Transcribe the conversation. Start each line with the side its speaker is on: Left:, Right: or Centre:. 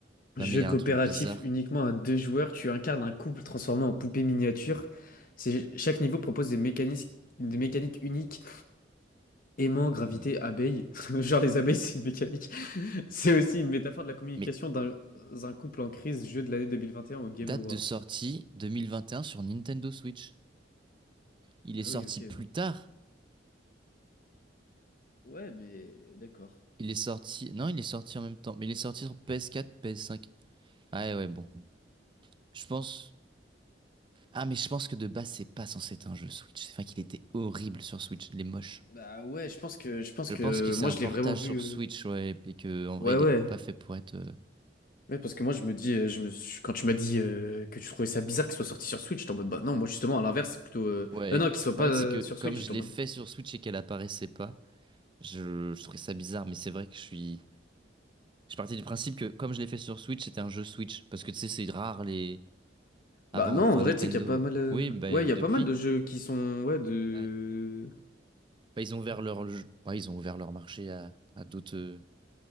Left: Jeu
Right: Non, mais il y a
Left: coopératif
Right: un truc bizarre.
Left: uniquement à deux joueurs, tu incarnes un couple transformé en poupée miniature. C'est- Chaque niveau propose des mécanismes, des mécaniques uniques. Aimant, gravité,
Right: Ah, mais, mais...
Left: abeille. <laughs> Genre les abeilles, c'est une mécanique. <laughs> C'est aussi une métaphore de la communication
Right: mais
Left: d'un un couple en crise, jeu de l'année 2021 au Game
Right: Date
Left: Awards.
Right: de sortie 2021 sur Nintendo Switch. Il est
Left: Ah
Right: sorti
Left: oui, ok,
Right: plus
Left: oui.
Right: tard.
Left: Ouais, mais d'accord.
Right: Il est sorti. Non, il est sorti en même temps. Mais il est sorti sur PS4, PS5. Ah ouais, ouais, bon. Je pense. Ah, mais je pense que de base, c'est pas censé être un jeu Switch. C'est vrai qu'il était horrible sur Switch. Il est moche.
Left: Bah ouais, je pense que je pense
Right: Je
Left: que
Right: pense que c'est
Left: moi
Right: un
Left: je
Right: portage
Left: l'ai vraiment vu.
Right: sur
Left: euh,
Right: Switch, ouais. Et que, en vrai,
Left: Ouais
Right: il
Left: ouais.
Right: est pas fait pour être. euh,
Left: Ouais parce que moi je me dis euh, je me suis- quand tu m'as dit euh, que tu trouvais ça bizarre qu'il soit sorti sur Switch, j'étais en mode bah non, moi justement à l'inverse, c'est plutôt euh,
Right: Ouais.
Left: euh, non, qu'il soit pas
Right: En fait,
Left: euh,
Right: c'est que
Left: sur
Right: comme
Left: Switch, j'étais
Right: je l'ai
Left: en mode
Right: fait sur Switch et qu'elle apparaissait pas, je, je trouvais ça bizarre. Mais c'est vrai que je suis. Je partais du principe que comme je l'ai fait sur Switch, c'était un jeu Switch. Parce que tu sais, c'est rare les, Avant,
Left: bah non,
Right: enfin
Left: en vrai
Right: Nintendo.
Left: tu sais qu'il y a pas mal euh,
Right: Oui, bah
Left: ouais,
Right: euh,
Left: il y a
Right: depuis.
Left: pas mal de jeux qui sont ouais de
Right: Ouais. Bah, ils ont ouvert leur jeu- bah, ils ont ouvert leur marché à, à d'autres. euh,